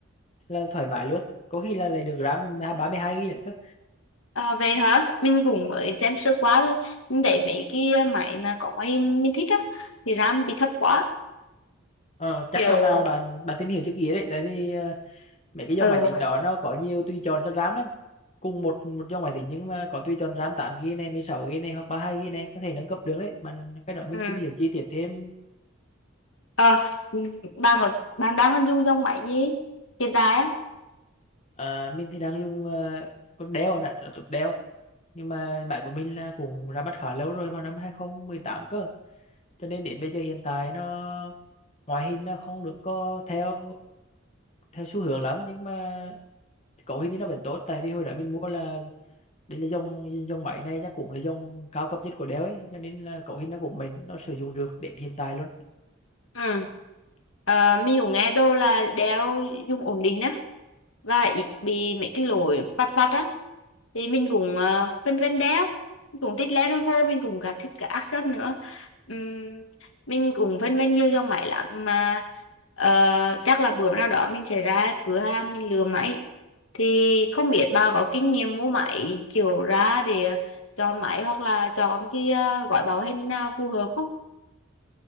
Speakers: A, on the left; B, on the left.
A: là thoải mái luôn có khi là lại được RAM 32 GB nữa cơ
B: à, về hả mình cũng mới xem sơ quá thôi mình thấy mấy cái máy mà có máy hình mình thích á thì RAM bị thấp quá
A: ờ, chắc
B: kiểu
A: là là bạn bạn tìm hiểu trước kia đấy tại vì ờ, mấy cái dòng
B: ừ,
A: máy tính đó nó có nhiều tùy chọn cho RAM lắm cùng một một dòng máy tính nhưng mà có tùy chọn RAM 8 GB này 16 GB này hoặc 32 GB này có thể nâng cấp được đấy bạn cái đó mình
B: ừ.
A: tìm hiểu chi tiết thêm
B: Ờ, bạn ở bạn đang dùng dòng máy gì hiện tại
A: Ờ, mình thì đang dùng ờ, con Dell nè laptop Dell nhưng mà máy của mình là cũng ra mắt khá lâu rồi vào năm 2018 cơ cho nên đến bây giờ hiện tại nó ngoại hình nó không được có theo theo xu hướng lắm nhưng mà cấu hình thì nó
B: á
A: vẫn tốt tại vì hồi đó mình mua là đây là dòng dòng máy này chắc cũng là dòng cao cấp nhất của Dell ấy cho nên là cấu hình nó cũng mình nó sử dụng được đến hiện tại luôn
B: Ừ. À, mình cũng nghe đô là đeo dùng ổn định á và ít bị mấy cái lỗi vặt vặt á thì mình cũng ờ, phân vân đeo mình cũng thích Lenovo mình cũng cả thích cả Asus nữa Ừm, mình cũng phân vân nhiều dòng máy lắm mà ờ, chắc là bữa nào đó mình sẽ ra cửa hàng mình lựa máy thì không biết bà có kinh nghiệm mua máy kiểu ra để chọn máy hoặc là chọn cái ờ, gói bảo hành nào phù hợp